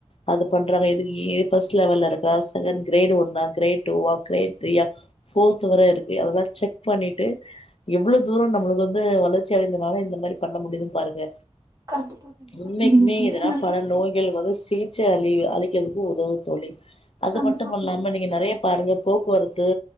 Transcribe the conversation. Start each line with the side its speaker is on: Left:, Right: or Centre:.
Left: அது பண்றாங்க எது இ ஃபஸ்ட் லெவல்ல இருக்கா செகண்ட் கிரேட் ஒன்னா கிரேட் டூவா கிரேட் த்ரீயா ஃபோர்த் வர இருக்கு அதல்லா செக் பண்ணிட்டு எவ்ளோ தூரோ நம்மளுக்கு வந்து வளர்ச்சி அடைந்தனால இந்த மாரி பண்ண முடியுதுன்னு பாருங்க
Right: கண்டிப்பா கண்டிப்பா
Left: உண்மைக்குமே
Right: நீங்க சொல்ற
Left: எதுனா
Right: மாரி
Left: பல நோய்கள் வரும் சிலி ச அழி அழிக்க உதவும் தோழி அது
Right: கண்டிப்பா
Left: மட்டும் இல்லாம நீங்க நிறைய பாருங்க போக்குவரத்து